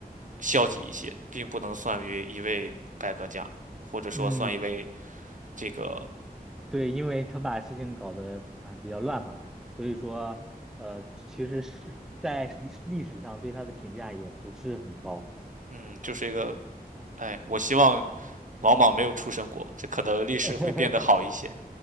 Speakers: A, on the right; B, in the centre.
A: 消极一些，并不能算于一位改革家，或者说算一位
B: 嗯，
A: 这个
B: 对，因为他把事情搞得啊、比较乱嘛，所以说呃，其实是在历历史上对他的评价也不是很高。
A: 嗯，就是一个哎，我希望王莽没有出生过，这可能历史会变得好一些。
B: <laughs>